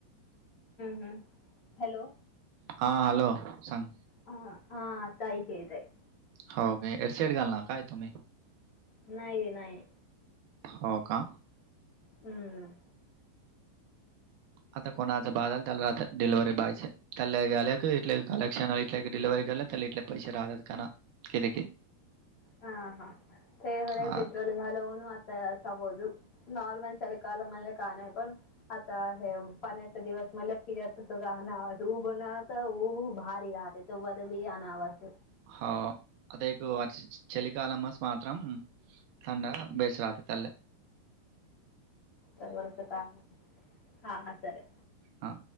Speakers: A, on the left (about 40°); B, on the right (about 45°).
A: ह हॅलो
B: हा हॅलो सांग
A: ह हा ताय काय तय
B: हो का एडशड घालणार काय तुम्ही
A: नाही नाही
B: हो का
A: हम्म
B: आता कोणा बाज झालला आता डिवररी बायचे त्याल्ला गेले क इ कलेक्शन डिलिवररी केले इ पैसे रा आत काना के क
A: हा हा ते होलाय
B: हां,
A: पेट्रोल झालवून आता अस बोज नॉर्मल चल काल म्हणे का नाही पण आता हे पाण्याचा दिवस म्ह पिजाच सगळं उब ना तर उऊब भारी राहते तवद बी यान आवास
B: हो अता एक अ चली काल मस मातम थंडा बेस राहते ल्ले
A: हम्मच का हा सर
B: हां